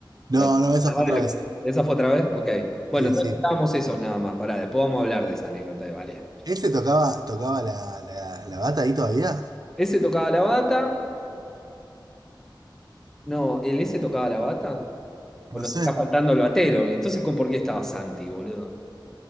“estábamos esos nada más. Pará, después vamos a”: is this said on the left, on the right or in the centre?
Centre